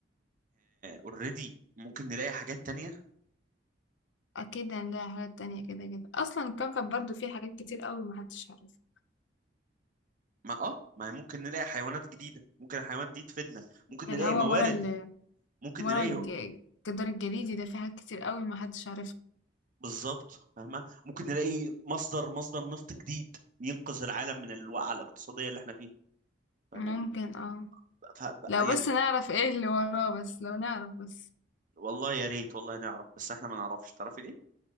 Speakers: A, on the right (about 45°); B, on the left (about 80°).
A: اوريدي ممكن نلاقي حاجات تانية
B: اكيد هنلاقي حاجات تانية كده كده اصلا الكوكب برضو فيه حاجات كتير قوي محدش عارفها
A: ما اه ما ممكن نلاقي حيوانات جديدة ممكن الحيوانات دي تفيدنا ممكن نلاقي
B: اللي هو
A: موارد
B: ورا ال
A: ممكن
B: ورا
A: نلاقي
B: الج- الجدار الجليدي ده في حاجات كتير قوي ما حدش عارفها
A: بالظبط فاهمة ممكن نلاقي مصدر مصدر نفط جديد ينقذ العالم من الوقعة الاقتصادية اللي احنا فيها فاهماني
B: ممكن اه
A: ف...
B: لو
A: يعني
B: بس نعرف ايه اللي وراه بس لو نعرف بس
A: والله يا ريت والله نعرف بس احنا ما نعرفش تعرفي ليه